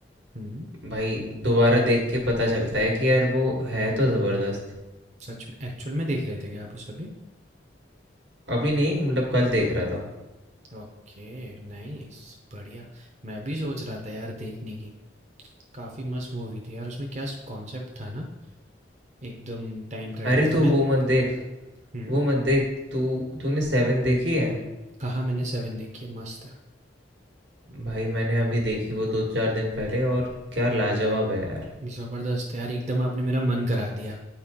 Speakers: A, on the right; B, on the right.
A: हम्म
B: भाई दोबारा देख के पता चलता है कि यार वो है तो ज़बरदस्त
A: सच में एक्चुअल में देख रहे थे क्या आप उसे भी
B: अभी नहीं मतलब कल देख रहा था
A: Okay nice बढ़िया मैं भी सोच रहा था यार देखने की काफी मस्त मूवी थी यार उसमें क्या कॉन्सेप्ट था ना एकदम टाइम ट्रेवल
B: अरे
A: का
B: तू
A: मैं
B: वो मत देख
A: हम्म
B: वो मत देख तू तूने सेवन देखी है
A: हाँ हाँ मैंने सेवन देखी है मस्त है
B: भाई मैंने अभी देखी वो दो चार दिन पहले और क्या लाजवाब है यार
A: ज़बरदस्त यार एकदम आपने मेरा मन करा दिया